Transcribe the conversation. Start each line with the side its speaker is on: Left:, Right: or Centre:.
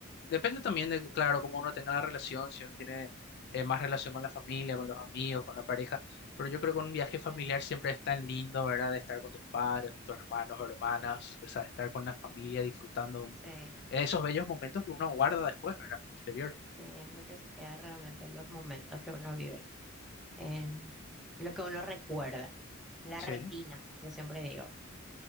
Left: depende también de, claro, cómo uno tenga la relación, si uno tiene eh, más relación con la familia, con los amigos, con la pareja. Pero yo creo que un viaje familiar
Centre: Sí,
Left: siempre es tan lindo, ¿verdad? De estar con tus padres, con tus hermanos, hermanas, o sea, estar con la familia disfrutando un-
Centre: sí,
Left: esos bellos momentos que uno guarda después, ¿verdad? Posterior.
Centre: sí, es lo que se queda realmente los momentos que uno vive, en lo que uno recuerda, la
Left: Sí.
Centre: retina, yo siempre digo,